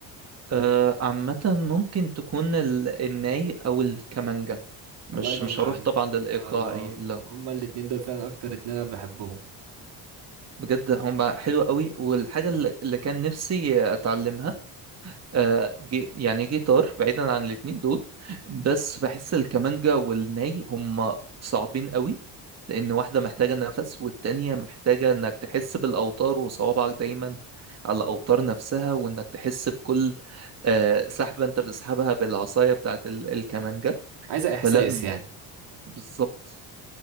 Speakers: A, on the right; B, on the right.
A: آه، عامة ممكن تكون ال... الناي أو الكمانجا مش
B: الله ينور
A: مش هروح
B: عليك
A: طبعا للإيقاعي
B: الله
A: لا
B: هما الاتنين دول فعلا أكتر اتنين أنا بحبهم
A: بجد هم حلو قوي والحاجة اللي اللي كان نفسي أتعلمها آه، جي يعني جيتار بعيدا عن الاتنين دول بس بحس الكمانجا والناي هم صعبين قوي لأن واحدة محتاجة نفس والتانية محتاجة إنك تحس بالأوتار وصوابعك دايما على الأوتار نفسها وإنك تحس بكل آه، سحبة أنت بتسحبها بالعصاية بتاعت ال- الكمانجا
B: عايزة إحساس
A: فلا الم...
B: يعني
A: بالظبط